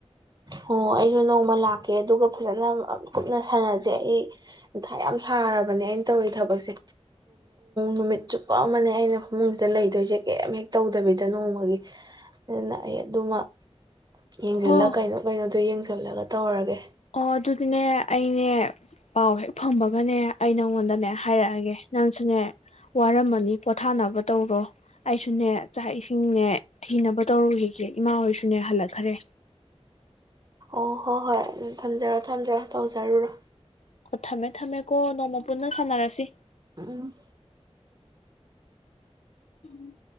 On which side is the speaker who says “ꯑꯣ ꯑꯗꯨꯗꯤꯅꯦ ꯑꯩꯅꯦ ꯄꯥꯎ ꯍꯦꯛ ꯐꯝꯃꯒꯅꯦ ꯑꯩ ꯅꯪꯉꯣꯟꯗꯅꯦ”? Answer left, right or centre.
Left